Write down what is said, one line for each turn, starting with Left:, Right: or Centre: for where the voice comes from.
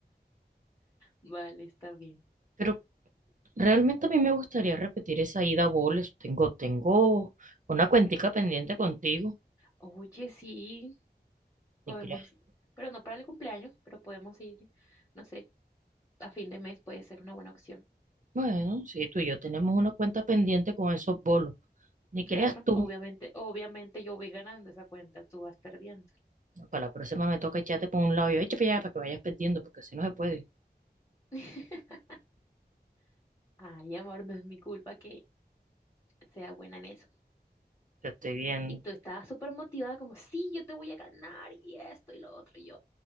Left: vale, está bien.
Right: Pero realmente a mí me gustaría repetir esa ida a boles. Tengo, tengo una cuentica pendiente contigo.
Left: Oye, sí, podemos,
Right: Ni creas.
Left: pero no para el cumpleaños, pero podemos ir, no sé, a fin de mes puede ser una buena opción.
Right: Bueno, sí, tú y yo tenemos una cuenta pendiente con esos bolos. Ni
Left: Claro,
Right: creas tú.
Left: obviamente, obviamente yo voy ganando esa cuenta, tú vas perdiendo.
Right: Para la próxima me toca echarte por un lado y yo, échate para allá para que vayas perdiendo, porque si no se puede.
Left: <laughs> Ay, amor, no es mi culpa que sea buena en eso.
Right: Te estoy viendo.
Left: Y tú estabas súper motivada como, sí, yo te voy a ganar y esto y lo otro. Y yo,